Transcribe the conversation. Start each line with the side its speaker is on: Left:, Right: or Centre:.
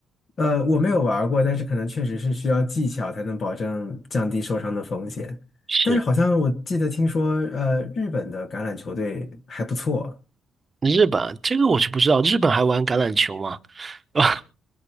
Left: 呃，我没有玩儿过，但是可能确实是需要技巧才能保证降低受伤的风险。
Right: 是
Left: 但是好像我记得听说，呃，日本的橄榄球队还不错，
Right: 日本，这个我就不知道，日本还玩橄榄球吗？<laughs>